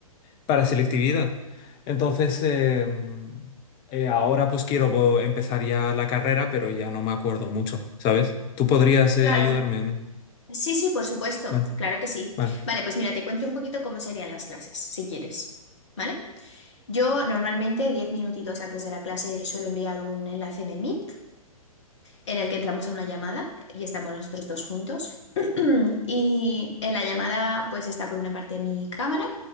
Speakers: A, on the left; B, on the left.
A: para selectividad. Entonces, eh, eh, ahora pues quiero vo- empezar ya la carrera, pero ya no me acuerdo mucho, ¿sabes? ¿Tú podrías eh,
B: Claro.
A: ayudarme? ¿No?
B: Sí, sí, por supuesto,
A: Vale,
B: claro que sí.
A: vale.
B: Vale, pues mira, te cuento un poquito cómo serían las clases, si quieres, ¿vale? Yo normalmente 10 minutitos antes de la clase suelo enviar un enlace de Meet en el que entramos a una llamada y estamos nosotros dos juntos. <clears throat> Y en la llamada pues está por una parte mi cámara,